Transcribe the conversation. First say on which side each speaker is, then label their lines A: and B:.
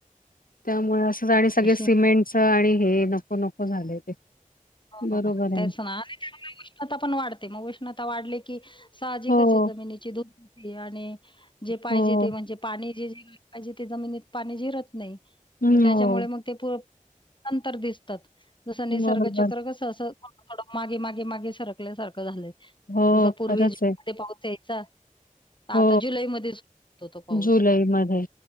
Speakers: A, on the left; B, on the left.
A: त्यामुळे असं आणि सगळे
B: अशी
A: सिमेंट आणि हे नको नको झाले ते... बरोबर
B: हो
A: आहे
B: तेच ना त्या उष्णता पण वाढते मग उष्णता वाढले की.... साहजिकच
A: हो
B: आहे जमिनीची धोप आणि जे पाहिजे
A: हो
B: ते म्हणजे.., पाणी जे पाहिजे ते जमिनीत पाणी झिरत नाही
A: हं
B: त्याच्यामुळे
A: हो
B: मग..... नंतर दिसतात जसं निसर्गाचा....
A: बरोबर
B: थोडं थड मागे मागे मागे सरकल्या सारखं झालं
A: हो
B: जस पूर्वीज
A: खरंच आहे
B: मध्ये पाऊस यायचा तर आता
A: हो
B: जुलैमध्ये सुरू होतो तो पाऊस.
A: जुलै मध्ये